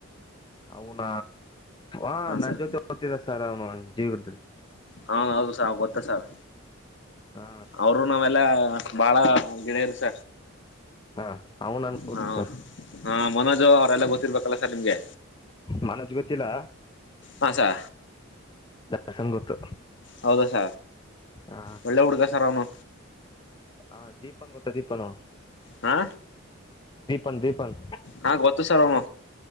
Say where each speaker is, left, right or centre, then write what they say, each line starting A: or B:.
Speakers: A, on the left; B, on the left.
A: ಅವನ ಆ ನನ್
B: ಸರ್
A: ಜೊತೆ ಓದ್ತಿದ ಸರ್ ಅವನು ಜೀವಿ ಗಿಡದಲ್ಲಿ
B: ಹಾ ಹೌದು ಸ ಗೊತ್ತಾ ಸರ್
A: ಹಾ
B: ಅವರು ನಾವೆಲ್ಲಾ ಬಾಳ ಗಿಡ ಇರ್ಸ
A: ಹಾ ಅವನು ನನ್ ಗೊತ್ತು
B: ಹಾ
A: ಸರ್
B: ಹಾ ಮನೋಜ್ ಅವರೆಲ್ಲ ಗೊತ್ತಿರ್ಬೇಕಲ್ಲ ಸರ್ ನಿಮ್ಗೆ
A: ಮನಜ್ ಗೊತ್ತಿಲ್ಲ
B: ಹಸಾ
A: ದರ್ಶನ್ ಗೊತ್ತು
B: ಹೌದಸ
A: ಹಾ
B: ಒಳ್ಳೆ ಹುಡ್ಗ ಸರ್ ಅವನು
A: ಹಾ ದೀಪನ್ ಗೊತ್ತಾ ದೀಪನ
B: ಹಾ
A: ದೀಪನ್ ದೀಪನ್
B: ಹಾ ಗೊತ್ತು ಸರ್ಮ್ಮ